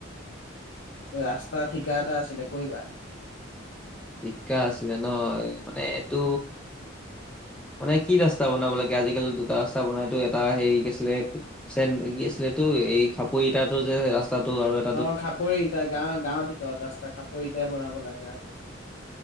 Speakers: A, on the left; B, in the centre.
A: এ ৰাস্তা ঠিকা এটা আছিলে কৰিবা
B: ঠিকা আছিলে নহ মানে এইটো মানে কি ৰাস্তা বনাব লাগে আজিকালি দুটা ৰাস্তা বনাইটো এটা হেৰি কি আছিলে চে কি আছিলে এই খাপৈ ইটাটো যে ৰা স্তাটো আৰু এট
A: অ খাপৰিইটা গাৱ গাঁৱৰ ভিতৰত ৰাস্তা খাপৰি ইটাই বনাব লাগে ৰাস্তাটো